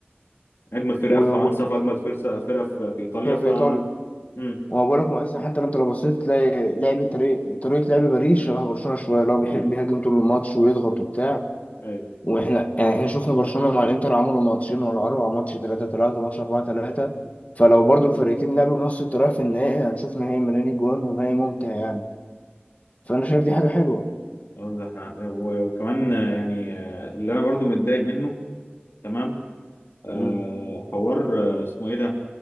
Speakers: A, on the left; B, on the left.
A: اجمد فرقه
B: وفرقة
A: في فرنسا في اجمد فرقه فرقه في, في ايطاليا
B: في
A: ف
B: ايطاليا
A: امم
B: وأنا بقول لك مثلا حتى لو انت لو بصيت تلاقي لعب طريقة طريقة لعب باريس شبه برشلونة شوية اللي هو بيحب يهاجم طول الماتش ويضغط وبتاع
A: ايوه
B: واحنا يعني احنا شفنا برشلونة مع الانتر عملوا ماتشين ورا بعض ماتش 3 3 ماتش 4 3 فلو برضو الفرقتين لعبوا بنفس الطريقة في النهائي هنشوف نهائي ملاني جوان ونهائي ممتع يعني فانا شايف دي حاجة حلوة
A: أقول لك مع- و- وكمان آه، يعني آه، اللي انا برضو متضايق منه تمام آه،
B: امم
A: حوار آه، اسمه ايه ده